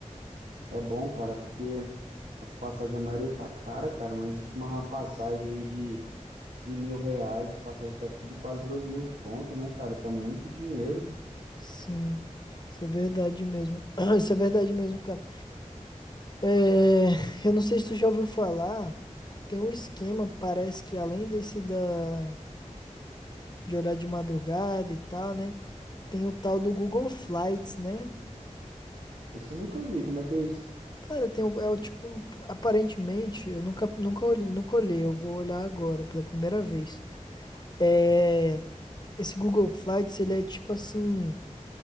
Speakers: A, on the right (about 80°); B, on the left (about 35°).
A: É bom, cara, porque as passagens, a maioria tá cara, cara. Não existe uma uma passagem aí de, de mil reais. As passagens tá tudo quase dois mil conto, né, cara? Tá muito dinheiro.
B: Sim, isso é verdade mesmo. <clears throat> Isso é verdade mesmo, cara. É, eu não sei se tu já ouviu falar, tem um esquema, parece que além desse da, de olhar de madrugada e tal, né? Tem o tal do Google Flights, né?
A: Esse eu nunca vi. Como é que é isso?
B: Cara, tem, o- é o tipo, um- aparentemente, eu nunca, nunca, olhei, nunca olhei, eu vou olhar agora pela primeira vez. É, Esse Google Flights, ele é tipo assim,